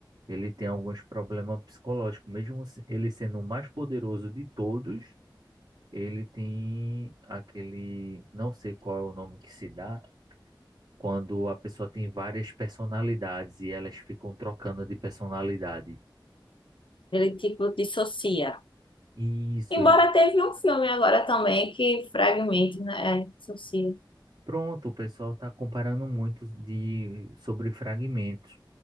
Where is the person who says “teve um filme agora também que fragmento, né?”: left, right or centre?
Left